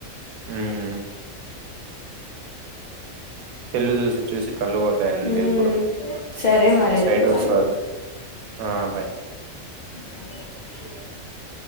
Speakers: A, on the right; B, on the left.
A: ఉమ్ సెల్లు చూసి చూసి కళ్ళు పోతాయి అంతే
B: ఉమ్
A: ఇప్పుడు
B: సరే మరి అయితే
A: సైట్ వస్తది
B: బాయ్
A: ఆ బాయ్
B: <inaudible>